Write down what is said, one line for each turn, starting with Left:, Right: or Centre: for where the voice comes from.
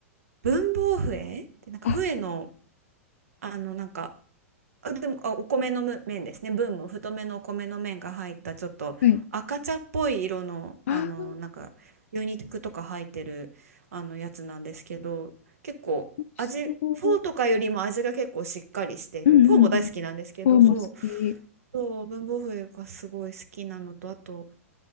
Right: 文房笛ってなんか笛の、
Left: あ、
Right: あの、なんか、あ、でも、あ、お米のむ麺ですね。分も太めのお米の麺が入った、ちょっと赤茶っぽい色の、
Left: はい。ああ、
Right: あの、なんか、牛肉とか入ってる、あの、やつなんですけど、結構、
Left: 美味しそう。
Right: 味、フォーとかよりも味が結構しっかりしてる。
Left: うんうん。
Right: フォーも大好きなんですけど、
Left: フォーも好き。
Right: そう、そう、文房具がすごい好きなのと、あと、